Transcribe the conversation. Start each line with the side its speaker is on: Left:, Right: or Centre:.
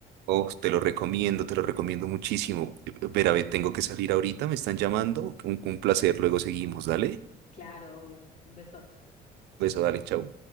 Right: oh, te lo recomiendo, te lo recomiendo muchísimo. Eh, eh, Ver a ver, tengo que salir ahorita, me están llamando, un, un placer, luego seguimos, dale,
Left: Claro, obvio. Un besote.
Right: beso, dale, chao.